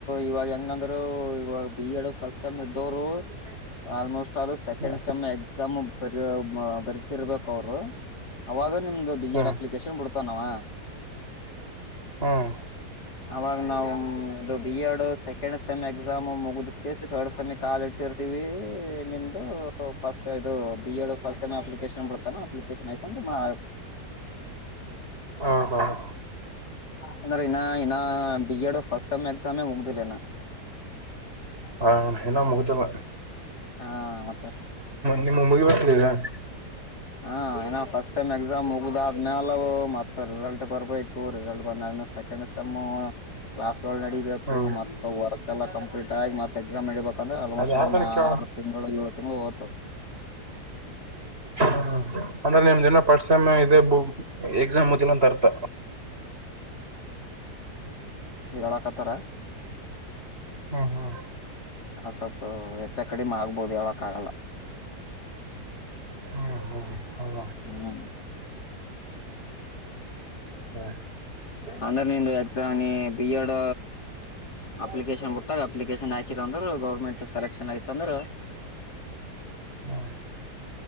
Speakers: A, on the left; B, on the right.
A: ಇವಾಗ ಹೆಂಗಂದ್ರು ಇವಾಗ ಬಿ ಎಡ್ ಫಸ್ಟ್ ಸೆಮ್ ಇದ್ದವರು ಆಲ್ಮೋಸ್ಟ್ ಸೆಕೆಂಡ್
B: ಹ್ಞೂ
A: ಸೆಮ್ ಎಕ್ಸಾಮ್ ಬ ಬರಿತಿರ್ಬೇಕು ಅವರು ಅವಾಗ ನಿಮ್ದು ಬಿ
B: ಹ್ಞೂ
A: ಎಡ್ ಅಪ್ಲಿಕೇಶನ್ ಬಿಡ್ತನವ
B: ಹ್ಮ್
A: ಅವಾಗ ನಾವವು ಇದು B Ed second sem exam ಮುಗಕ ಥರ್ಡ್ ಸೆಮಿ ಕಾಲಿ ಇಟ್ಟಿರ್ವಿ ನಿಮ್ದು ಫಸ್ಟ್ ಇದು ಈ ಫಸ್ಟ್ ಟೈಮ್ ಅಪ್ಲಿಕೇಶನ್ ಬಿಡ್ತಾನ ಅಪ್ಲಿಕೇಶನ್ ಆಯಕೊಂಡು ಆ
B: ಹೌದೌದು
A: ಅಂದ ಇ ಇ ಬಿಡ್ ಪಫಸ್ಟ್ ಸೆಮ್ ಎಕ್ಸಾಮೆ ಉಗ್ದಿಲನಾ
B: ಹ ಏನ ಮುಗತಲ್ಲ
A: ಹಾ ಮತ್ತ
B: ನಿಮ್ಮ ಮುಗಬೇಕಕ್ಲಗ <inaudible>
A: ಹ ಏನ ಫಸ್ಟ್ ಸೆಮ್ ಎಕ್ಸಾಮ್ ಮುಗ್ದಾದ್ಮೇಾಲವು ಮತ್ತತ್ ರಿಸಲ್ಟ್ ಬರ್ಬೇಕು ರಿಸಲ್ಟ್ ಬಂದ ಕ ನಡೀಬೇಕು
B: ಹ್ಮ್
A: ಮತ್ತ ವರ್ಕ್ ಎಲ್ಲ ಕಂಪ್ಲೀಟ್ ಆಗಿ ಮತ್ತ ಎಕ್ಸಾಮ್ ನಡಬೇಕು ಯಾಂದ್ರೆ ಆಲ್ಮೋಸ್ಟ್
B: ಅದ ಯಾರ್ದನ
A: ಅಲ್ಲಿ ಒಂದಂದು
B: ಕೇಳ
A: ಆರು ತಿಂಗಳು ಏಳು ತಿಂಗಳು ಹಓ್ತದೆ
B: ಹ ಅಂದ್ರೆ ನಿಮ್ದಿನ ಪರ್ಸ ಇದೆ ಎಕ್ಸಾಮ ಮಚ್ಚಲ್ಲಾ ತರತ
A: ರಳ ಕತರ
B: ಹ್ಮ್ ಹ್ಮ್
A: ಸ್ವಲ್ಪ ವೆಚ್ಚ ಕಡಿಮೆ ಆಗ್ಬೋದು ಹಳ್ಕ್ ಆಗಲ್ಲ
B: ಹ್ಮ್ ಹ್ಮ ಹೌದ
A: ಹ್ಮ್
B: ಸರಿ
A: ಅಂದ್ರ ನಿಂದು ಎಕ್ಸಾಮ್ಿ ಬಿಎಡ್ ಅಪ್ಲಿಕೇಶನ್ ಬಿಟ್ಟಾಗ ಅಪ್ಲಿಕೇಶನ್ ಹಾಕಿದ ಅಂದ್ರೆ ಗೌರ್ಮೆಂಟ್ ಸೆಲೆಕ್ಷನ್ ಆಯ್ತಂದ್ರೆ
B: ಹ್ಮ